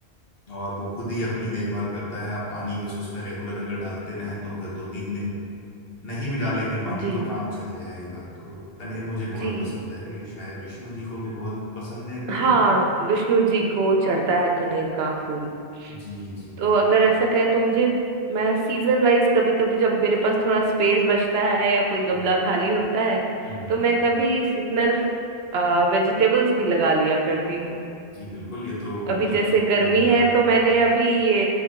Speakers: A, on the left; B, on the right.
A: और वो खुद ही अपनी देखभाल करता है आप पानी बस उसमें रेगुलर अगर डालते रहें तो अगर दो तीन दिन नहीं भी डालेंगे पानी
B: जी
A: तो काम चल जाएगा तो कनेर मुझे बहुत
B: जी
A: पसंद है ये शायद विष्णु जी को भी बहुत पसंद है इनके
B: हाँ
A: फूल
B: विष्णु जी को चढ़ता है कनेर का फूल
A: जी जी
B: तो अगर ऐसा कहे तो मुझे मैं सीजन वाइज कभी कभी जब मेरे पास थोड़ा स्पेस बचता है या कोई गमला
A: हम्म
B: खाली होता है
A: हम्म,
B: तो मैं कभी सीजनल वेजिटेबल्स भी लगा लिया करती हूँ
A: जी बिल्कुल ये तो
B: अभी
A: मतलब
B: जैसे गर्मी
A: होम गार्डनिंग
B: है तो मैंने अभी ये